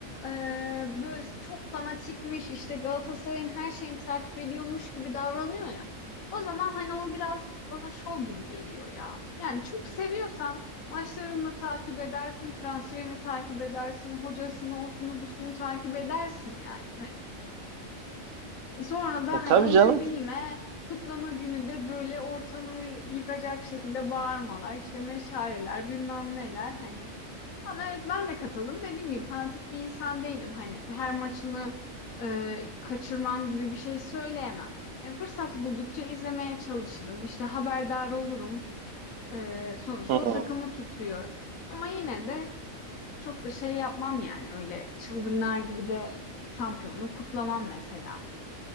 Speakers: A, on the left (about 80°); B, on the right (about 70°).
A: e, böyle çok fanatikmiş işte Galatasaray'ın her şeyini takip ediyormuş gibi davranıyor ya. O zaman hani o biraz bana şov gibi geliyor ya. Yani çok seviyorsan maçlarını takip edersin, transferini takip edersin, hocasını, osunu, busunu takip edersin yani. Hani Sonra da
B: E,
A: hani
B: tabii
A: onları
B: canım.
A: bilme, kutlama günü de böyle ortalığı yıkacak şekilde bağırmalar, işte meşaleler, bilmem neler hani. Ama evet ben de katıldım. Dediğim gibi fanatik bir insan değilim. Hani her maçını e, kaçırmam gibi bir şey söyleyemem. Yani fırsat buldukça izlemeye çalışırım. İşte haberdar olurum. E, sonuçta
B: Hmm.
A: o takımı tutuyorum. Ama yine de çok da şey yapmam yani öyle çılgınlar gibi de şampiyonluğu kutlamam mesela.